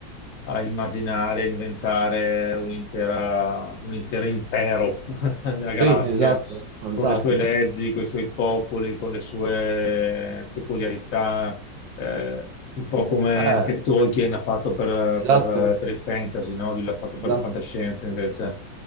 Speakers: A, on the left; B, on the right.
A: a immaginare, a inventare un'intera- un intero impero <laughs> nella galassia,
B: Sì, esatto, fantastico.
A: con le sue leggi, con i suoi popoli, con le sue peculiarità, eh, un po' come
B: Eh,
A: anche Tolkien ha fatto per,
B: esatto,
A: per- per il fantasy, no? Lui l'ha fatto per
B: esatto.
A: la fantascienza invece.